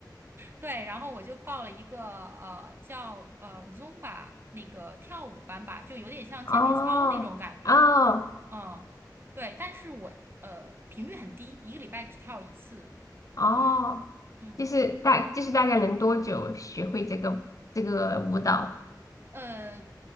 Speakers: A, on the right; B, on the left.
A: 对，然后我就报了一个呃叫呃 Zumba 那个跳舞班吧，就有点像健美操那种感觉，
B: 哦，哦，
A: 嗯，对，但是我呃频率很低，一个礼拜只跳一次，
B: 哦，
A: 对，嗯。
B: 就是大就是大概能多久学会这个这个舞蹈？
A: 呃，